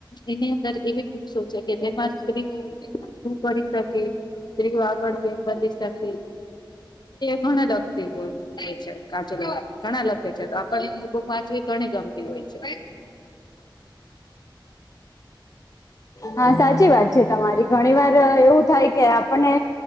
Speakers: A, on the left; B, on the left.
A: એની અંદર એવી બુક્સો છે કે જેમાં સ્ત્રીઓ શું કરી શકે સ્ત્રીઓ આ આગળ કવમ વધી શકે ઘણા લખતી હો છે કાચું ઘણા લખે છે તો આપણને બુક વાંચવી ગ ગણી ગમતી હોય છે
B: હા સાચી વાત છે તમારી ઘણી વાર એવું થાય કે આપણને